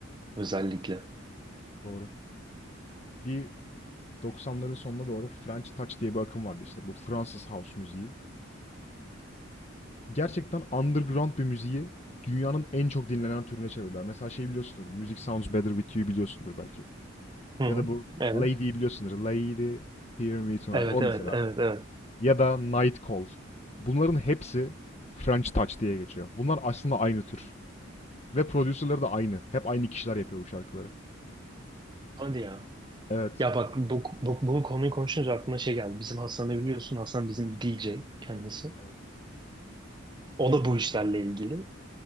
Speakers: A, on the right (about 20°); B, on the left (about 35°).
A: özellikle.
B: Doğru. Bir doksanların sonuna doğru French Touch diye bir akım vardı işte. Bu Fransız house müziği. Gerçekten underground bir müziği dünyanın en çok dinlenen türüne çevirdiler. Mesela şey biliyorsundur. Music Sounds Better With You biliyorsundur belki.
A: Hı
B: Ya
A: hı.
B: da bu
A: Evet.
B: Lady'yi biliyorsundur. Lady Hear Me Tonight.
A: Evet,
B: O
A: evet,
B: mesela.
A: evet, evet.
B: ya da Night Call. Bunların hepsi French Touch diye geçiyor. Bunlar aslında aynı tür. Ve prodüserleri de aynı. Hep aynı kişiler yapıyor bu şarkıları.
A: Hadi ya.
B: Evet.
A: Ya bak bu, bu, bunun konuyu konuşunca aklıma şey geldi. Bizim Hasan'ı biliyorsun. Hasan bizim DJ kendisi.
B: Evet.
A: O da bu işlerle ilgili.